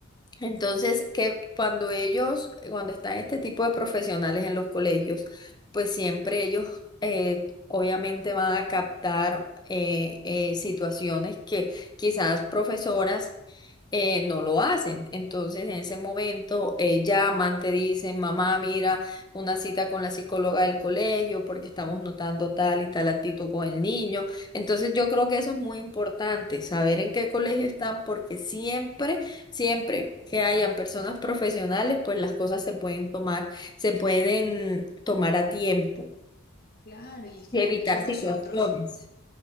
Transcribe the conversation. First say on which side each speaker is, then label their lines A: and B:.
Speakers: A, on the left; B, on the left.
A: entonces, que cuando ellos, cuando están este tipo de profesionales en los colegios, pues siempre ellos eh, obviamente van a captar eh, eh, situaciones que quizás profesoras eh, no lo hacen. Entonces, en ese momento eh, llaman, te dicen, mamá, mira, una cita con la psicóloga del colegio porque estamos notando tal y tal actitud con el niño. Entonces, yo creo que eso es muy importante, saber en qué colegio están porque siempre Siempre que hayan personas profesionales, pues las cosas se pueden tomar, se pueden tomar a tiempo
B: Claro, y es
A: y
B: que
A: evitar
B: por eso nosotros...
A: situaciones.